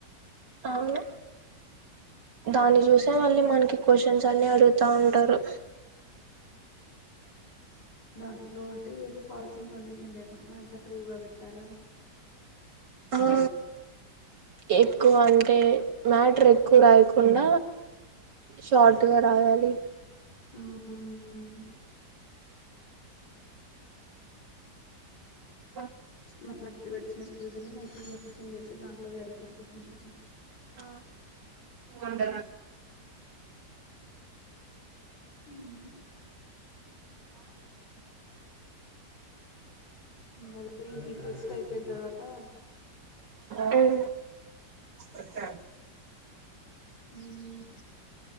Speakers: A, on the right; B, on the left.
A: అవును దాన్ని చూసే మళ్ళీ మనకి క్వశ్చన్స్ అన్ని అడుగుతా ఉంటారు
B: దాట్లో అ ఏది ఫాల్స్ ఇన్ఫర్మేషన్ లేకుండా అంత ట్రూ గా పెట్టి తల
A: ఆ ఎక్కువ అంటే మ్యాటర్ ఎక్కువ రాయకుండ షార్ట్ గ రాయాలి
B: హమ్మ్
A: అ
B: మనకి వచ్చిన స్కిల్స్ మంచి మెన్షన్ చేసి దాంట్లో వే అడుగుతరు కోషన్స్
A: ఆ ంట
B: హమ్ మ ఇంక ఫస్ట్ అయిపోయిన్ తర్వాత అ
A: హమ్ అకే
B: ఉమ్